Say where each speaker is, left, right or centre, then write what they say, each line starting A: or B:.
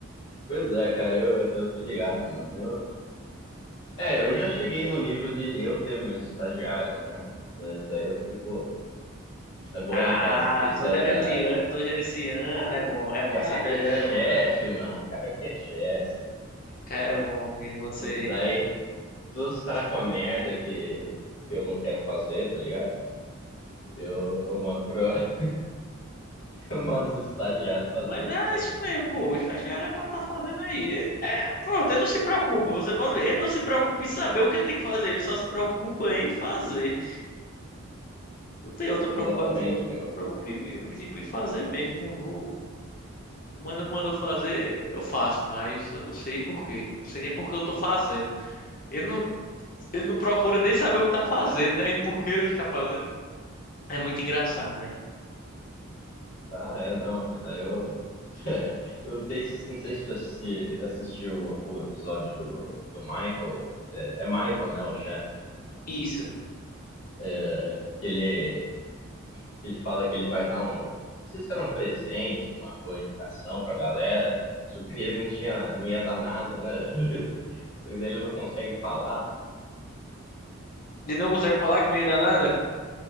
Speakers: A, on the left; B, on the left.
A: Pois é, cara, eu, eu eu tô ligado, mano. Eu, é, eu já cheguei no nível de eu ter meus estagiários, né? Daí daí eu fico. É bom,
B: Ah,
A: cara, você ter estagiário.
B: só gerenciando, só gerenciando.
A: Cara,
B: É bom, é bom.
A: cara
B: Ser estagiário
A: que é chefe,
B: é bom.
A: mano. Cara que é chefe.
B: Que É bom ver você.
A: Hum, Daí, todas as tarefas merda que, que eu não quero fazer, tá ligado? Eu, eu mando pro, <laughs> eu mando os estagiários fazer.
B: Mas é
A: tá?
B: isso
A: Tipo,
B: mesmo, pô. O estagiário é pra estar fazendo aí. É, é, pronto, ele não se preocupa, você pode ver. Ele não se preocupa em saber o que ele tem que fazer, ele só se preocupa em fazer. Não tem outra
A: exatamente,
B: preocupação,
A: cara.
B: só preocupa em, em, tipo, em fazer mesmo. Não vou. Manda, mandou fazer, eu faço, mas eu não sei por quê. Não sei nem por que eu tô fazendo. Ele não, ele não procura nem saber o que tá fazendo, né? E por que ele está fazendo. É muito engraçado, velho.
A: Ah, é, não, cara. Eu, eu tenho- não sei se você assistiu o, o episódio do, do Michael. É, é Michael, né, o chefe?
B: Isso.
A: É, que ele Ele fala que ele vai dar um. Não sei se era um presente, uma bonificação pra galera. Só que ele não tinha, não ia dar nada, né? <laughs> Só que daí ele não consegue falar.
B: Ele não consegue falar que não ia dar nada?